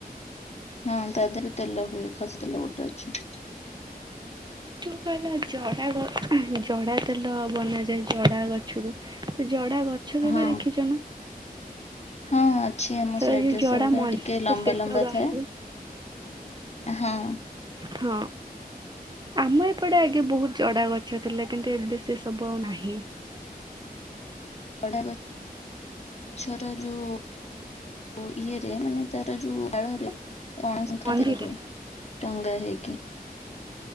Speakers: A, on the left; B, on the right.
A: ହଁ ତା ଦେହରୁ ତେଲ ହୁଏ ଖସା ତେଲ ଗୋଟେ ଅଛି।
B: ଯଉ କହିଲା ଜଡ଼ା ଜଡ଼ା ତେଲ ବନାଯାଏ ଜଡ଼ା ଗଛରୁ ସେ ଜଡ଼ା ଗଛ କେବେ
A: ହଁ
B: ଦେଖିଚନା
A: ହଁ ଅଛି ଆମ
B: ସେ
A: ସାଇଡ଼ରେ
B: ଯୋଉ ଜଡା
A: ସେ ଳଗୁଡା
B: ମଞ୍ଜି
A: ଟିକେ
B: ସେ
A: ଲମ୍ବା
B: ତେଲ
A: ଲମ୍ବା
B: ବାହାରେ
A: ଥାଏ। ହଁ।
B: ହଁ। ଆମ ଏପଟେ ଆଗେ ବହୁତ୍ ଜଡ଼ା ଗଛ ଥିଲା କିନ୍ତୁ ଏବେ ସେସବୁ ଆଉ ନାହିଁ।
A: ଜଡ଼ା ଗ ଗଛର ଯୋଉ ବୋ ଇଏରେ ମାନେ ତାର ଯୋଉ ଡାଳରେ ପଣା ସଂକ୍ରାନ୍ତିରେ
B: ମଞ୍ଜିରେ
A: ହୁଏ ଚଙ୍ଗା ହେଇକି।